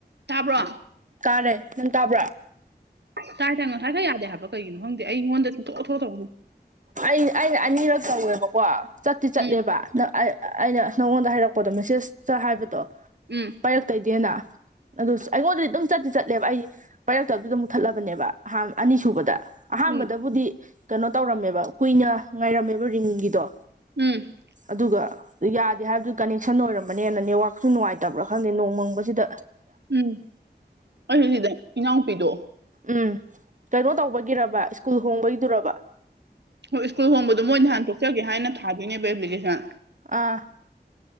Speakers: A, on the right; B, on the right.
A: ꯇꯥꯕ꯭ꯔꯣ
B: ꯇꯥꯔꯦ ꯅꯪ ꯇꯥꯕ꯭ꯔꯣ
A: ꯇꯥꯏ ꯇꯥꯏ ꯉꯁꯥꯏꯒꯩ ꯌꯥꯗꯦ ꯍꯥꯏꯕ ꯀꯩꯒꯤꯅꯣ ꯈꯪꯗꯦ ꯑꯩꯉꯣꯟꯗ ꯁꯨꯡꯊꯣꯛ ꯊꯣꯔꯛꯇꯕ
B: ꯑꯩ ꯑꯩ ꯑꯅꯤꯔꯛ ꯇꯧꯋꯦꯕꯀꯣ ꯆꯠꯇꯤ ꯆꯠꯂꯦꯕ
A: ꯎꯝ
B: ꯑꯗ ꯑꯩ ꯑꯩꯅ ꯅꯪꯉꯣꯟꯗ ꯍꯥꯏꯔꯛꯄꯗꯣ ꯃꯦꯁꯦꯁꯇ ꯍꯥꯏꯕꯗꯣ
A: ꯎꯝ
B: ꯄꯔꯛꯇꯣꯏꯗꯦꯅ ꯑꯗꯨ ꯑꯩꯉꯣꯟꯗꯗꯤ ꯑꯗꯨꯝ ꯆꯠꯇꯤ ꯆꯠ ꯂꯦꯕ ꯑꯩ ꯄꯥꯏꯔꯛꯇꯕꯗꯨꯗ ꯃꯨꯊꯠꯂꯕꯅꯦꯕ ꯑꯍꯟ ꯑꯅꯤꯁꯨꯕꯗ ꯑꯍꯥꯟꯕꯗꯕꯨꯗꯤ
A: ꯎꯝ
B: ꯀꯩꯅꯣ ꯇꯧꯔꯝꯃꯦꯕ ꯀꯨꯏꯅ ꯉꯥꯏꯔꯝꯃꯦꯕ ꯔꯤꯡꯒꯤꯗꯣ
A: ꯎꯝ
B: ꯑꯗꯨꯒ ꯌꯥꯗꯦ ꯍꯥꯏꯕꯗꯨ ꯀꯅꯦꯛꯁꯟ ꯑꯣꯏꯔꯝꯕꯅꯦꯅ ꯅꯦꯠꯋꯥꯛꯁꯨ ꯅꯨꯡꯉꯥꯏꯇꯕ꯭ꯔꯥ ꯈꯪꯗꯦ ꯅꯣꯡꯃꯪꯕꯁꯤꯗ
A: ꯎꯝ ꯑꯩꯁꯨ ꯁꯤꯗ ꯏꯅꯥꯎꯅꯨꯄꯤꯗꯣ
B: ꯎꯝ ꯀꯩꯅꯣ ꯇꯧꯕꯒꯤꯔꯕ ꯁ꯭ꯀꯨꯜ ꯍꯣꯡꯕꯒꯤꯗꯨꯔꯕ
A: ꯍꯣꯏ ꯁ꯭ꯀꯨꯜ ꯍꯣꯡꯕꯗꯣ ꯃꯣꯏꯅ ꯍꯥꯟ ꯇꯣꯛꯆꯒꯦ ꯍꯥꯏꯅ ꯊꯥꯗꯣꯏꯅꯦꯕ ꯑꯦꯄ꯭ꯂꯤꯀꯦꯁꯟ
B: ꯑ